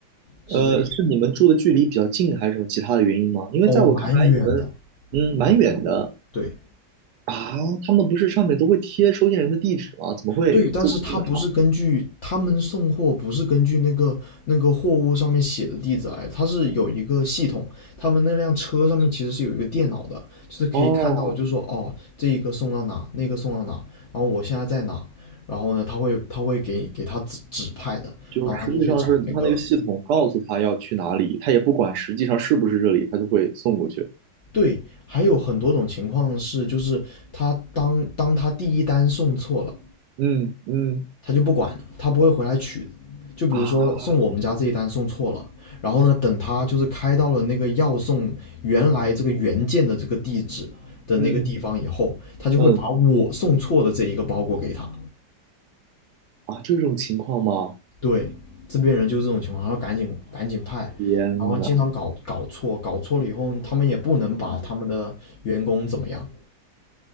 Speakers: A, on the left (about 60°); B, on the right (about 75°).
A: 是这个，
B: 呃，是你们住的距离比较近，还是什么其他的原因吗？因为在我看来，
A: 哦，蛮远的，
B: 你们嗯蛮远的
A: 蛮远，对。
B: 啊。他们不是上面都会贴收件人的地址吗？怎么会这么这么差？
A: 对，但是他不是根据他们送货不是根据那个那个货物上面写的地址来他是有一个系统，他们那辆车上面其实是有一个电脑的，就是可以看到，
B: 哦，
A: 就是说哦，这一个送到哪，那个送到哪，然后我现在在哪，然后呢，他会他会给给他指指派的，
B: 就实际上是他那个系统告诉他要去哪里，
A: 然后他就去找那个。
B: 他也不管实际上是不是这里，他就会送过去。
A: 对，还有很多种情况是，就是他当当他第一单送错了，
B: 嗯嗯
A: 他就不管了，他不会回来取。就比如说送我们家这一单送错了，
B: 啊
A: 然后呢，等他就是开到了那个要送原来这个原件的这个地址的那个地方以后，
B: 嗯
A: 他就会把我送错的这一个包裹给他。
B: 嗯啊，这种情况吗？
A: 对，这边人就是这种情况，然后赶紧赶紧派，
B: 天呐！
A: 然后经常搞搞错，搞错了以后，他们也不能把他们的员工怎么样。